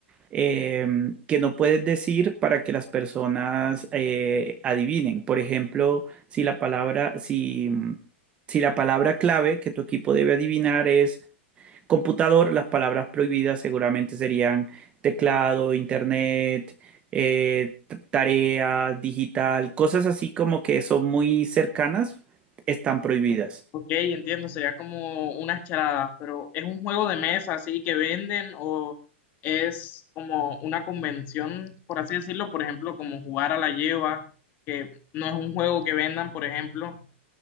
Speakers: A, on the right; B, on the left.
A: eh, que no puedes decir para que las personas eh, adivinen. Por ejemplo, si la palabra, si, mm, si la palabra clave que tu equipo debe adivinar es computador, las palabras prohibidas seguramente serían teclado, internet, eh, t- tarea, digital, cosas así como que son muy cercanas, están prohibidas.
B: Ok, entiendo, sería como unas charadas, pero ¿es un juego de mesa así que venden o es como una convención, por así decirlo? Por ejemplo, como jugar a la lleva, que no es un juego que vendan, por ejemplo.